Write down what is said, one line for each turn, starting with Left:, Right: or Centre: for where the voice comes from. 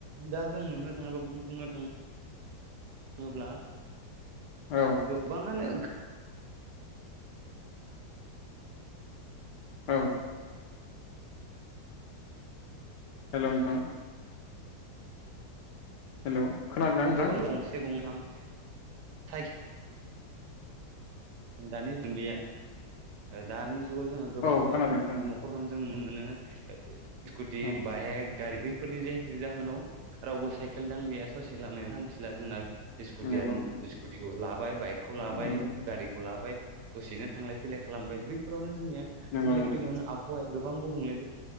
Right: दा जों नुनो थाङोब्ला बुंनो थाङो बुङोब्ला
Left: औ
Right: गोबाङानो
Left: औ। हेल' नोंथां? हेल' खोनादोंना नोंथां
Right: गोबां गंसे गंथाम थाइखि दानि जुनलिया दानि जुगाव जोंहा गोबां
Left: औ खोनादों खोनादों
Right: नखरफ्रावनो जों नुनो मोनो स्कुटि
Left: औ
Right: बाइक गारि बैफोरनि जाय जाहोनाव रावबो साइकेल दांलिया ससे लामायाव हान्थिला जोंना स्कुया
Left: नंगौ
Right: स्कुटिखौ लाबाय बाइकखौ लाबाय
Left: नंगौ
Right: गारि दसेनो थांलाय फैलाय खालामबाय बैफोरावनो जोंनिया
Left: नंगौ
Right: थां
Left: नोंथां
Right: फैनो आबहावाया गोबां गुबले